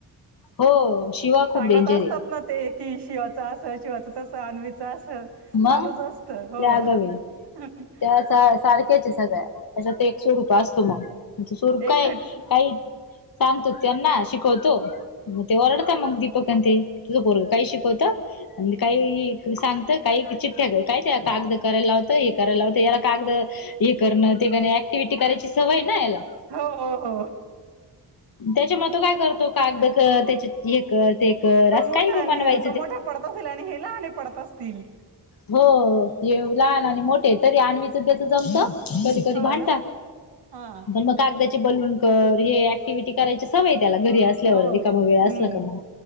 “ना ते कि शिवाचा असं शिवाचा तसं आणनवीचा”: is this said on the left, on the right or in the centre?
Right